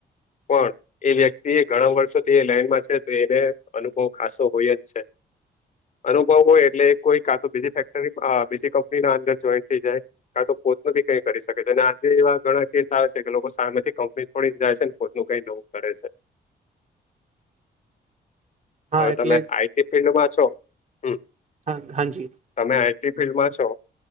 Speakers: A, on the left; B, on the right.
A: પણ એ વ્યક્તિ ઘણા વર્ષોથી એ લાઈનમાં છે તો એ તે અનુભવ ખાસો હોય જ છે. અનુભવ હોય એટલે કોઈ કા તો બીજી ફેક્ટરી અહ બીજી કંપની ના અંદર જોઈન થઈ જાય કા તો પોતનો બી કઈ કરી શકે છે અને આજે એવા ઘણા કેસ આવે છે કે લોકો સામે થી કંપની છોડી ને જાય છે ને પોતનું કઈ નવું કરે છે.
B: હા
A: હવે
B: એટલે
A: તમે આઈ ટી ફિલ્ડમાં છો. હમ્મ.
B: હાજી.
A: તમે આઈ ટી ફિલ્ડમાં છો?